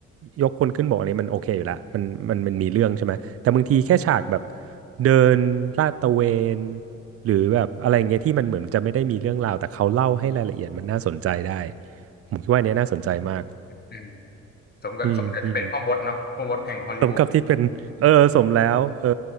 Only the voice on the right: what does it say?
ยกคนขึ้นบอกอะไรมันโอเคอยู่ละมันมันมันมีเรื่องใช่ไหมแต่บางทีแค่ฉากแบบเดินลาดตระเวนหรือแบบอะไรอย่างเงี้ยที่มันเหมือนจะไม่ได้มีเรื่องราวแต่เขาเล่าให้รายละเอียดมันน่าสนใจได้ผมคิดว่าอันเนี้ยน่าสนใจมาก
อืมอืม สมกับที่เป็นเออสมแล้วเออ